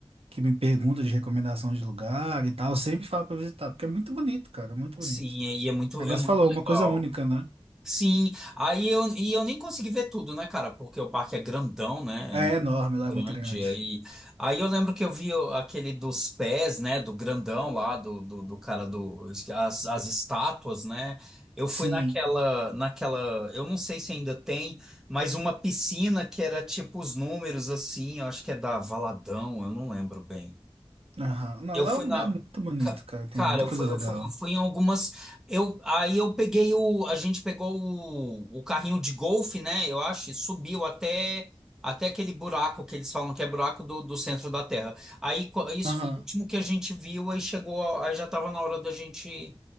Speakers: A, on the right; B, in the centre.
A: Que me pergunta de recomendação de lugar e tal. Eu sempre falo pra visitar, porque é muito bonito, cara, é muito bonito.
B: Sim, e é muito,
A: Agora
B: é muito
A: você falou,
B: legal.
A: uma coisa única, né?
B: Sim, aí eu, e eu nem consegui ver tudo, né, cara? Porque o parque é grandão, né?
A: É
B: É muito
A: enorme, lá
B: grande.
A: é muito grande.
B: Aí, aí eu lembro que eu vi o- aquele dos pés, né? Do grandão lá, do, do, do cara do. As, as estátuas, né? Eu fui
A: Sim.
B: naquela, naquela. Eu não sei se ainda tem, mas uma piscina que era tipo os números assim, eu acho que é da Valadão, eu não lembro bem.
A: Aham. Não,
B: Eu
A: lá
B: fui
A: é um lugar
B: na.
A: muito bonito,
B: ca-
A: cara. Tem
B: Cara,
A: muita
B: eu
A: coisa
B: fui,
A: legal.
B: eu fui, eu fui em algumas. Eu, aí eu peguei o. A gente pegou o, o carrinho de golfe, né? Eu acho, e subiu até, até aquele buraco que eles falam que é buraco do, do centro da Terra. Aí co- isso
A: Aham.
B: foi o último que a gente viu, aí chegou. a- Aí já tava na hora da gente,